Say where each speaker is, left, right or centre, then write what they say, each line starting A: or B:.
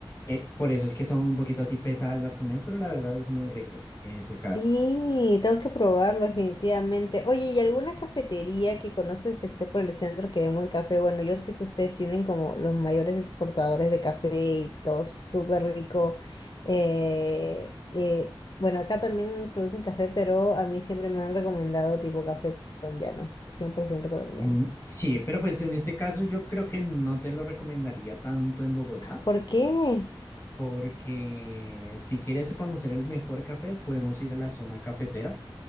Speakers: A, on the left; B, on the left.
A: Eh, por eso es que son un poquito así pesadas las comidas, pero la verdad es muy rico en ese
B: Sí,
A: caso.
B: tengo que probarlo definitivamente. Oye, ¿y alguna cafetería que conozcas que esté por el centro que dé buen café? Bueno, yo sé que ustedes tienen como los mayores exportadores de café y todo súper rico. Eh, eh, bueno, acá también producen café, pero a mí siempre me han recomendado tipo café colombiano, cien por ciento colombiano.
A: Mm, sí, pero pues en este caso yo creo que no te lo recomendaría tanto en Bogotá,
B: ¿Por qué?
A: porque si quieres conocer el mejor café, podemos ir a la zona cafetera,